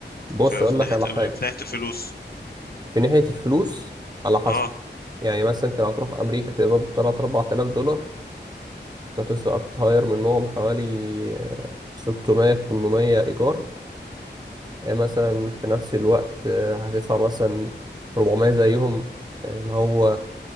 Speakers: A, on the right; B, on the left.
A: بص
B: في,
A: أقول
B: في
A: لك
B: ناحيه
A: على
B: في
A: حاجة
B: ناحيه الفلوس
A: في ناحية الفلوس على حسب
B: اه
A: يعني مثلا أنت لو هتروح أمريكا تقبض 3 4000 دولار هتسقط هتطير منهم حوالي آه، 600 800 إيجار آه، مثلا في نفس الوقت آه، هتدفع مثلا 400 زيهم آه، اللي هو